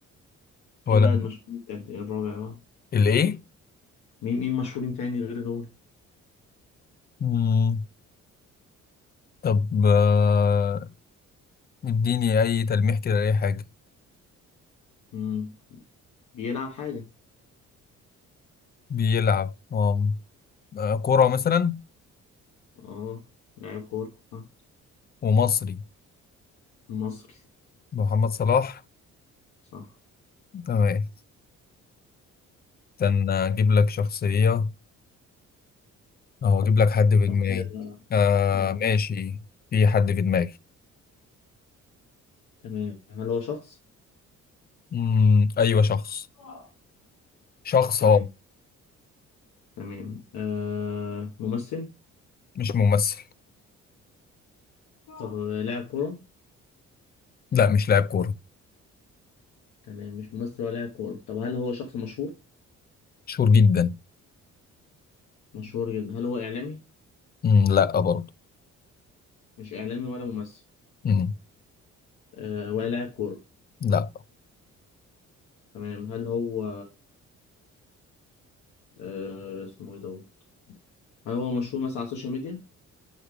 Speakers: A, on the left; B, on the left.
A: ولا
B: إيه بقى المشهور التالت إيه الرابع بقى
A: الإيه؟
B: مين مين مشهورين تاني غير دول
A: مم. طب آه، اديني اي تلميح كده اي حاجه
B: مم. بيلعب حاجة
A: بيلعب اه آه، كرة مثلا
B: اه لاعب كورة آه.
A: ومصري
B: مصري
A: محمد صلاح
B: صح
A: تمام استنى اجيب لك شخصيه او اجيب لك حد في
B: طب
A: دماغي
B: يلا.
A: آه
B: اه
A: ماشي في حد في دماغي
B: تمام هل هو شخص؟
A: مم. ايوه شخص
B: اه
A: شخص
B: تمام
A: اه
B: تمام آه ممثل
A: مش ممثل
B: طب لاعب كورة
A: لا مش لاعب كوره
B: تمام مش ممثل ولا لاعب كورة طب هل هو شخص مشهور؟
A: مشهور جدا
B: مشهور جدا هل هو إعلامي؟
A: مم. لا برضه
B: مش إعلامي ولا ممثل
A: مم.
B: أه ولا لاعب كورة
A: لا
B: تمام هل هو أه اسمه إيه دوت؟ هل هو مشهور مثلا على السوشيال ميديا؟